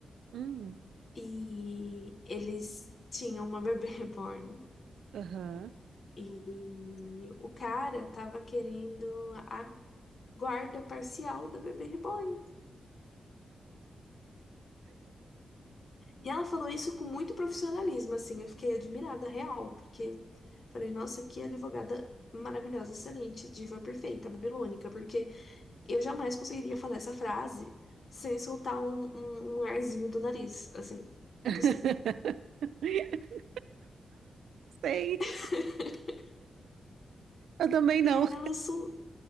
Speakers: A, on the right (about 85°); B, on the left (about 60°).
A: hum,
B: e eles tinham uma bebê <laughs> reborn.
A: aham.
B: E o cara tava querendo a guarda parcial da bebê reborn. E ela falou isso com muito profissionalismo, assim, eu fiquei admirada, real, porque falei, nossa, que advogada maravilhosa, excelente, diva perfeita, babilônica, porque eu jamais conseguiria falar essa frase sem soltar um, um, um arzinho do nariz, assim, impossível.
A: <laughs> Sei,
B: <laughs>
A: eu também não.
B: E ela sol